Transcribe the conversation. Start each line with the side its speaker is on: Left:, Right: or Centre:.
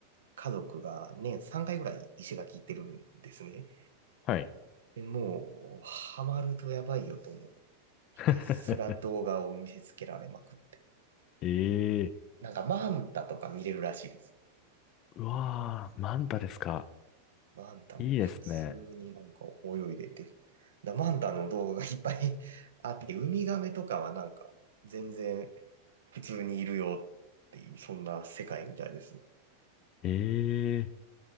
Right: 家族が年3回ぐらい石垣行ってるんですね。
Left: はい。
Right: で、もう、ハマるとやばいよと思う。ひたすら動画を見せつけられまくって。
Left: <laughs> ええ
Right: なんか、マンタとか見れるらしいです。
Left: うわー、マンタですか。
Right: マンタも普通になんか泳いでて、
Left: いいですね。
Right: だマンタの動画がいっぱい <laughs> あって、ウミガメとかはなんか全然普通にいるよっていう、そんな世界みたいです。
Left: ええ